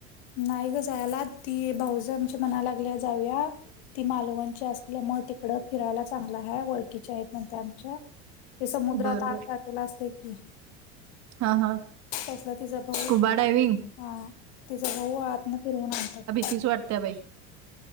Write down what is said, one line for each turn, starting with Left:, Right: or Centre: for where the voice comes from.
Left: नाही ग जायला ती भाऊज आमच्या मनाला लागली जाऊया ती मालवणची असली म तिकडं फिरायला चांगलं आहे ओळखकीचे आहेत म्हणते आमच्या ते समुद्रात
Right: बर बर
Left: आत जातला असते की
Right: हा हा
Left: तिचा भाऊ
Right: स्कुबा डायविंग
Left: हा तिचा भाऊ आतन फिरवून आणत
Right: तीच वाटते्या बाई